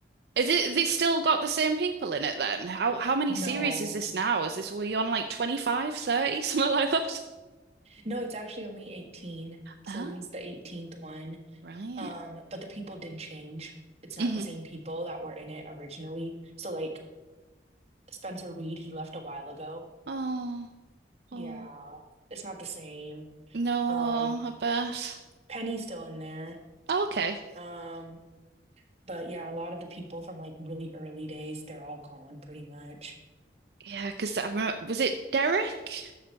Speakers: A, on the right; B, on the right.
A: Is it? They still got the same people in it then? How how many
B: No.
A: series is this now? Is this we on like 25, 30, <laughs> something like that?
B: No, it's actually only 18. So
A: Ah.
B: he's the 18th one.
A: Right.
B: Um, but the people did change. It's not
A: hmm
B: the same people that were in it originally. So like Spencer Reed, he left a while ago.
A: Oh, oh.
B: Yeah, it's not the same.
A: No,
B: Um,
A: I bet.
B: Penny's still in there.
A: Oh, okay.
B: Um, but yeah, a lot of the people from like really early days, they're all gone pretty much.
A: Yeah, because I remember, was it Derek?